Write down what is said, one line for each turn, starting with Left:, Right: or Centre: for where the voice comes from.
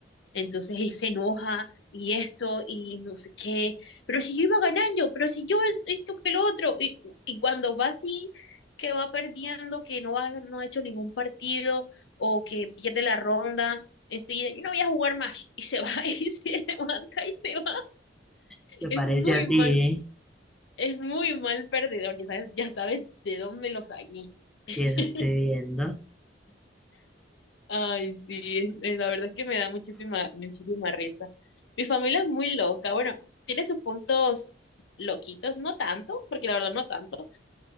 Left: Entonces él se enoja y esto y no sé qué. Pero si yo iba ganando, pero si yo esto que lo otro. Y, y cuando va así, que va perdiendo, que no, va, no ha hecho ningún partido o que pierde la ronda, enseguida yo no voy a jugar más. Y se va <laughs> y se levanta y se va.
Centre: Se
Left: Es
Centre: parece
Left: muy
Centre: a ti,
Left: mal
Centre: ¿eh?
Left: es muy mal perdedor, ya sabes, ya sabes de dónde lo saqué. <laughs>
Centre: Sí, eso estoy viendo.
Left: Ay, sí, es- eh, la verdad es que me da muchísima, muchísima risa. Mi familia es muy loca, bueno, tiene sus puntos loquitos, no tanto, porque la verdad no tanto,